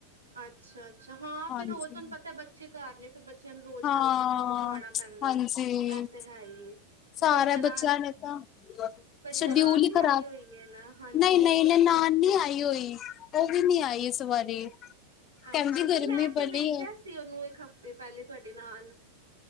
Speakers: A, on the right; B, on the left.
A: ਅੱਛਾ ਅੱਛਾ ਹਾਂ
B: ਹਾਂਜੀ
A: ਫੇਰ ਰੋਜ਼ ਤੁਹਾਨੂੰ ਪਤਾ ਬੱਚੇ ਘਰ ਨੇ ਫੇਰ ਬੱਚਿਆਂ ਨੂੰ ਰੋਜ਼।
B: ਹਾਂ
A: ਹੈਲਦੀ ਫੂਡ ਖਵਾਉਣਾ ਪੈਂਦਾ
B: ਹਾਂਜੀ।
A: ਹੈ। ਇਹ ਤੇ ਹੈ ਹੀ ਏ ਤੇ
B: ਸਾਰੇ
A: ਤੁਹਾਡੀ ਨਨਾਣ
B: ਬੱਚਿਆਂ ਨੇ ਤਾਂ
A: ਤੁਹਾਡੀ
B: ਸ਼ਡਿਊਲ
A: ਨਨਾਣ
B: ਹੀ
A: ਵੀ
B: ਖਰਾਬ,
A: ਆਈ ਹੋਈ ਹੈ ਨਾ ਹਾਂਜੀ
B: ਨਹੀਂ ਨਹੀਂ ਨਹੀਂ ਨਨਾਣ ਨੀ ਆਈ। ਆਈ ਉਹ ਵੀ ਨੀ ਆਈ ਇਸ ਵਾਰੀ। ਕਹਿੰਦੀ
A: ਅੱਛਾ,
B: ਗਰਮੀ
A: ਪਰ ਮੈਂ ਤੇ
B: ਬੜੀ
A: ਵੇਖਿਆ
B: ਹੈ
A: ਸੀ ਉਹਨੂੰ ਇੱਕ ਹਫ਼ਤੇ ਪਹਿਲੇ ਤੁਹਾਡੇ ਨਾਲ।